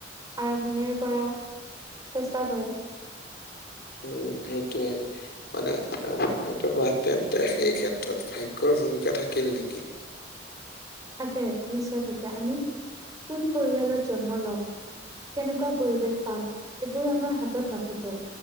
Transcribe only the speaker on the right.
আৰম্ভণিৰে পৰা চেষ্টা কৰে।
থাকে নিশ্চয় থাকে, আমি কোন পৰিয়ালত জন্ম লম। কেনেকুৱা পৰিৱেশ পাম এইবোৰ আমাৰ হাতত নাথাকে।